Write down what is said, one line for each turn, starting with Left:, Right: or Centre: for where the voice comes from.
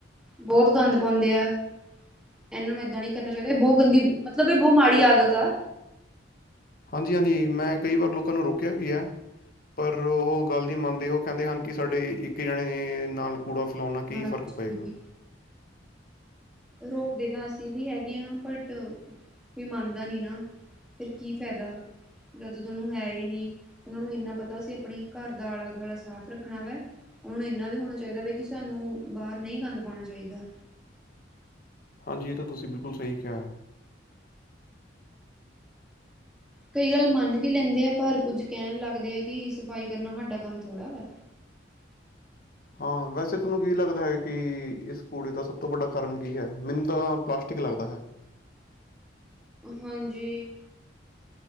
Centre: ਬਹੁਤ ਗੰਦ ਪਾਉਂਦੇ ਆ। ਇਹਨਾਂ ਨੂੰ ਏਦਾਂ ਨੀ ਕਰਨਾ ਚਾਹੀਦਾ ਏ ਬਹੁਤ ਗੰਦੀ ਮਤਲਬ ਏ ਬਹੁਤ ਮਾੜੀ ਆਦਤ ਆ
Left: ਹਾਂਜੀ-ਹਾਂਜੀ, ਮੈਂ ਕਈ ਵਾਰ ਲੋਕਾਂ ਨੂੰ ਰੋਕਿਆ ਵੀ ਐ। ਪਰ ਓ ਗੱਲ ਨੀ ਮੰਨਦੇ ਉਹ ਕਹਿੰਦੇ ਹਨ ਕਿ ਸਾਡੇ ਇੱਕ ਜਣੇ ਨਾਲ ਕੂੜਾ ਫਲੋਂਨ ਨਾਲ, ਕੀ
Centre: ਹਾਂਜੀ।
Left: ਫ਼ਰਕ ਪਏਗਾ
Centre: ਰੋਕਦੇ ਤਾਂ ਅਸੀਂ ਵੀ ਹੈਗੇ ਆ ਬਟ ਕੋਈ ਮੰਨਦਾ ਨੀ ਨਾ ਫਿਰ ਕੀ ਫ਼ਾਇਦਾ। ਜਦੋਂ ਤੁਹਾਨੂੰ ਹੈਈ ਨੀ ਉਹਨਾਂ ਨੂੰ ਇੰਨਾ ਪਤਾ ਅਸੀਂ ਆਪਣੇ ਘਰ ਦਾ ਆਲਾ-ਦੁਆਲਾ ਸਾਫ਼ ਰੱਖਣਾ ਵਾ ਉਹਨਾਂ ਨੂੰ ਇੰਨਾ ਵੀ ਹੋਣਾ ਚਾਹੀਦਾ ਵੇ ਕਿ ਸਾਨੂੰ ਬਾਹਰ ਨੀ ਗੰਦ ਪਾਣਾ ਚਾਹੀਦਾ।
Left: ਹਾਂਜੀ, ਇਹ ਤਾਂ ਤੁਸੀਂ ਬਿਲਕੁਲ ਸਹੀ ਕਿਹਾ।
Centre: ਕਈ ਗੱਲ ਮੰਨ ਵੀ ਲੈਂਦੇ ਆ ਪਰ ਕੁੱਝ ਕਹਿਣ ਲੱਗਦੇ ਆ ਕਿ ਸਫ਼ਾਈ ਕਰਨਾ ਸਾਡਾ ਕੰਮ ਥੋੜ੍ਹਾ ਵਾ
Left: ਹਾਂ, ਵੈਸੇ ਥੋਨੂੰ ਕੀ ਲੱਗਦਾ ਹੈ ਕਿ ਇਸ ਕੂੜੇ ਦਾ ਸਭ ਤੋਂ ਵੱਡਾ ਕਾਰਨ ਕੀ ਹੈ? ਮੈਨੂੰ ਤਾਂ ਪਲਾਸਟਿਕ ਲੱਗਦਾ ਹੈ।
Centre: ਹਾਂਜੀ,